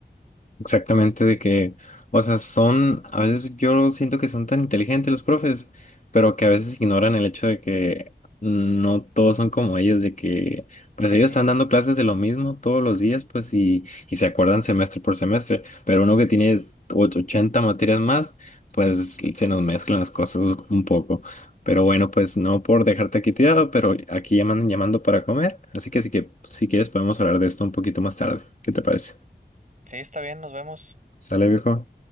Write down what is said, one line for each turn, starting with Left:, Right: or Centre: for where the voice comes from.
Left: Exactamente, de que, o sea, son, a veces yo siento que son tan inteligentes los profes, pero que a veces ignoran el hecho de que no todos son como ellos, de que, pues
Right: Sí,
Left: ellos están dando clases de lo mismo todos los días, pues, y, y se acuerdan semestre por semestre, pero uno que tiene och- 80 materias más, pues se nos mezclan las cosas un poco. Pero bueno, pues no por dejarte aquí tirado, pero aquí llaman llamando para comer, así que, sí que si quieres podemos hablar de esto un poquito más tarde. ¿Qué te parece?
Right: <laughs> sí, está bien, nos vemos.
Left: ¿Sale, viejo?